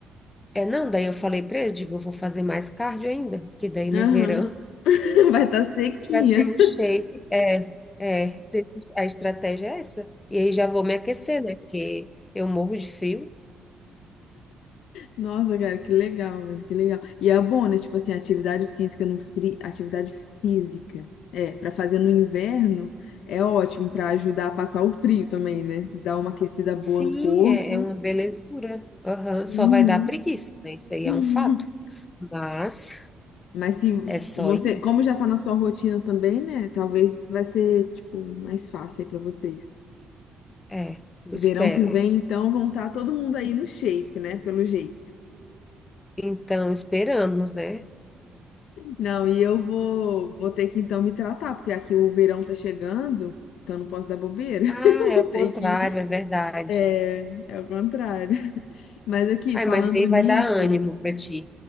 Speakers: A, on the left; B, on the left.
A: É, não, daí eu falei pra ele, digo, eu vou fazer mais cardio ainda, porque daí no
B: Aham.
A: verão
B: <laughs> Vai estar sequinha.
A: <laughs> vai ter um shape. É, é, desse- a estratégia é essa. E aí já vou me aquecer, né? Porque eu morro de frio.
B: Nossa, cara, que legal, velho, que legal. E é bom, né? Tipo assim, atividade física no frio, atividade física. É, pra fazer no inverno é ótimo pra ajudar a passar o frio também, né? Dar uma aquecida boa
A: Sim,
B: no corpo.
A: é, é uma belezura. Aham, Só
B: Uhum.
A: vai dar preguiça, né? Isso aí
B: <laughs>
A: é um fato. Mas
B: Mas se
A: é só
B: você,
A: ir.
B: como já tá na sua rotina também, né? Talvez vai ser, tipo, mais fácil aí pra vocês.
A: É,
B: Verão
A: espero.
B: que vem,
A: es-
B: então, vão estar todo mundo aí no shape, né? Pelo jeito.
A: Então, esperamos, né?
B: Não, e eu vou, vou ter que então me tratar, porque aqui o verão tá chegando, então eu não posso dar bobeira. <laughs>
A: Ah, é
B: Vou
A: o
B: ter
A: contrário,
B: que.
A: é verdade.
B: É, é o contrário. Mas aqui,
A: Ai,
B: falando
A: mas aí
B: nisso.
A: vai dar ânimo para ti.